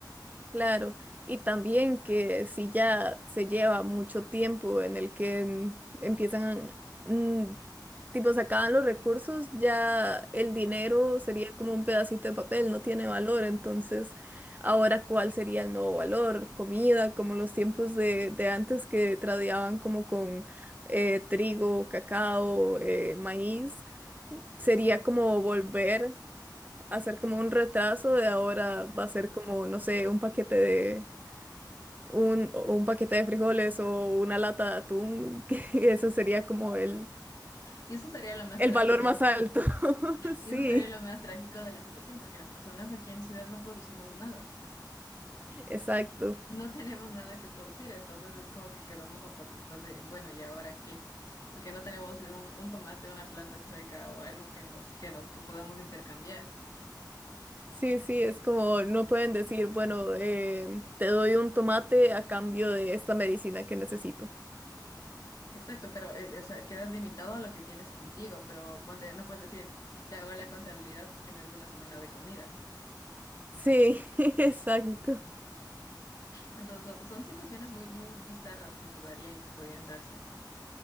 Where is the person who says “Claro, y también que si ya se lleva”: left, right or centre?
Right